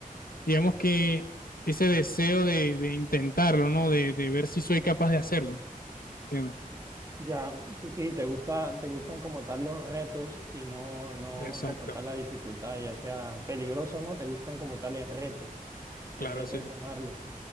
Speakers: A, on the left; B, on the right.
A: digamos que ese deseo de, de intentarlo, ¿no? De, de ver si soy capaz de hacerlo. ¿Entiendes?
B: Ya, que sí, te gusta, te gustan como tal los retos y no, no
A: Exacto,
B: como tal la dificultad, ya sea peligroso o no, te gustan como tal el reto,
A: claro,
B: el reto
A: así
B: de
A: es.
B: tomarlo.